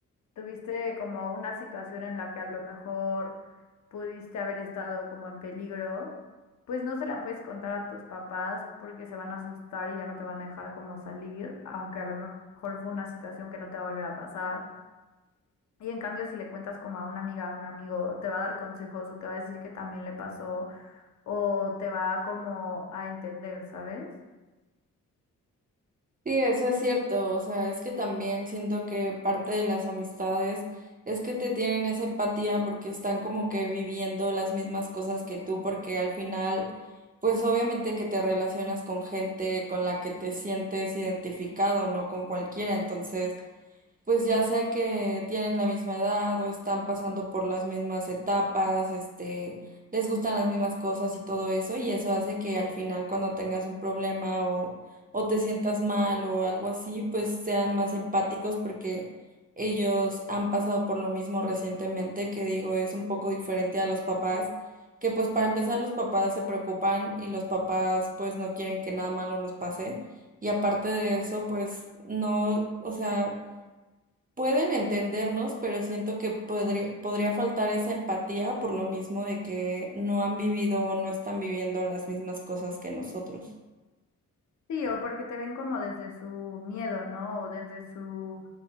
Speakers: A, on the left; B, on the right.
A: ¿Tuviste como una situación en la que a lo mejor pudiste haber estado como en peligro? Pues no se la puedes contar a tus papás porque se van a asustar y ya no te van a dejar como salir, aunque a lo mejor fue una situación que no te va a volver a pasar. Y en cambio, si le cuentas como a una amiga, a un amigo, te va a dar consejos o te va a decir que también le pasó o te va como a entender, ¿sabes?
B: Sí, eso es cierto, o sea, es que también siento que parte de las amistades es que te tienen esa empatía porque están como que viviendo las mismas cosas que tú, porque al final, pues obviamente que te relacionas con gente con la que te sientes identificado, no con cualquiera, entonces pues ya sea que tienen la misma edad o están pasando por las mismas etapas, este, les gustan las mismas cosas y todo eso, y eso hace que al final cuando tengas un problema o, o te sientas mal o algo así, pues sean más empáticos porque ellos han pasado por lo mismo recientemente, que digo, es un poco diferente a los papás, que pues para empezar los papás se preocupan y los papás pues no quieren que nada malo nos pase. Y aparte de eso, pues no, o sea, pueden entendernos, pero siento que podría, podría faltar esa empatía por lo mismo de que no han vivido o no están viviendo las mismas cosas que nosotros.
A: Sí, o porque te ven como desde su miedo, ¿no? O desde su